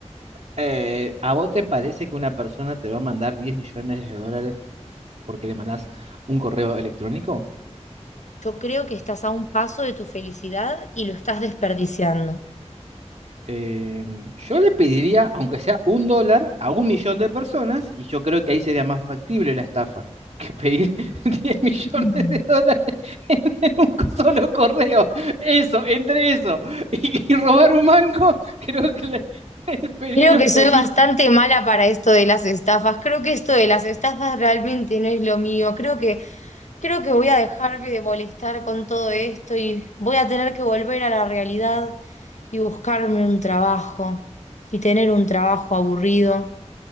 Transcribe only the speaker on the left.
Yo creo que estás a un paso de tu felicidad y lo estás desperdiciando.
Mm.
Creo que
soy
bastante mala para esto de las estafas. Creo que esto de las estafas realmente no es lo mío. Creo que, creo que voy a dejarme de molestar con todo esto y voy a tener que volver a la realidad y buscarme un trabajo y tener un trabajo aburrido